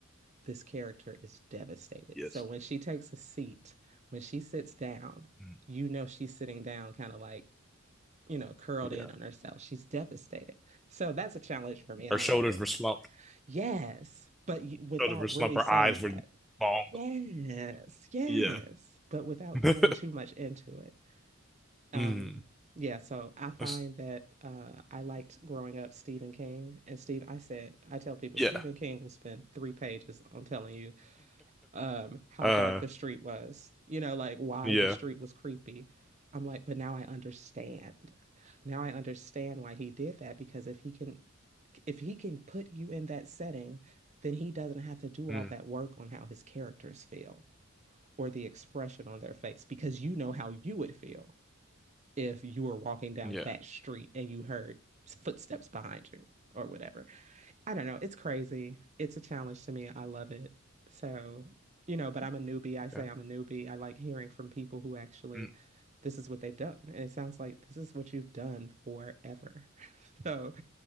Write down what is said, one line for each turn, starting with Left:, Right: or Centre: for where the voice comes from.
Right: this character is devastated?
Centre: yes.
Right: So when she takes a seat, when she sits down,
Centre: Mm,
Right: you know she's sitting down kind of like, you know, curled
Centre: yeah.
Right: in on herself. She's devastated. So that's a challenge for me, and
Centre: Her
Right: I
Centre: shoulders
Right: like doing
Centre: were
Right: that.
Centre: slumped.
Right: Yes, but you, without
Centre: Shoulders were slumped.
Right: really
Centre: Her
Right: saying
Centre: eyes were
Right: that.
Centre: long.
Right: Yes,
Centre: <laughs>
Right: yes,
Centre: Yeah.
Right: but without
Centre: <laughs>
Right: going too much into it. Um,
Centre: Mm,
Right: yeah, so I find
Centre: that's-
Right: that uh, I liked growing up Stephen King. And Steve, I said, I tell people
Centre: yeah.
Right: Stephen King will spend three pages on telling you um, how
Centre: Uh,
Right: dark the street was, you know, like why
Centre: yeah.
Right: the street was creepy. I'm like, but now I understand. Now I understand why he did that because if he can, if he can put you in that setting, then he doesn't have to do
Centre: Mm,
Right: all that work on how his characters feel or the expression on their face because you know how you would feel if you were walking down
Centre: yeah.
Right: that street and you heard footsteps behind you or whatever. I don't know. It's crazy. It's a challenge to me. I love it. So, you know, but I'm a newbie. I say
Centre: Okay.
Right: I'm a newbie. I like hearing from people who actually
Centre: Mm,
Right: this is what they've done. And it sounds like this is what you've done forever. <laughs> So,